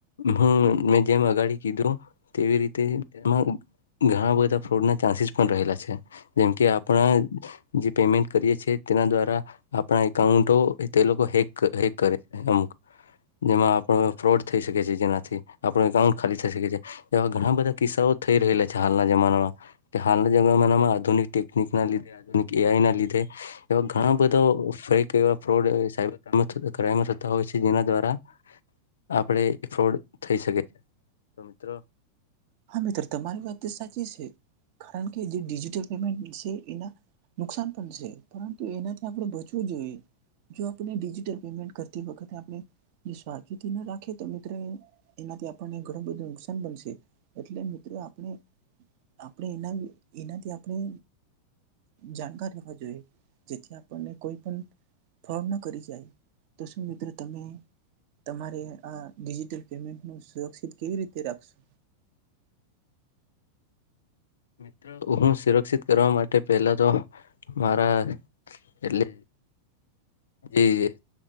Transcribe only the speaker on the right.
હા, મિત્રો તમારી વાત સાચી છે, કારણ કે જે ડિજિટલ પેમેન્ટ છે, એના નુકસાન પણ છે પરંતુ એનાથી આપણે બચવું જોઈએ જો આપણે ડિજિટલ પેમેન્ટ કરતી વખતે આપણે સાવચેતીની રાખીએ તો મિત્રો એનાથી આપણને ઘણું બધું નુકસાન પણ છે એટલે મિત્રો આપણે આપણે એના એનાથી આપણે જાણકાર લેવા જોઈએ, જેથી આપણને કોઈ પણ ફોડ ના કરી જાય તો શું મિત્રો તમે તમારે આ ડિજિટલ પેમેન્ટનું સુરક્ષિત કેવી રીતે રાખશો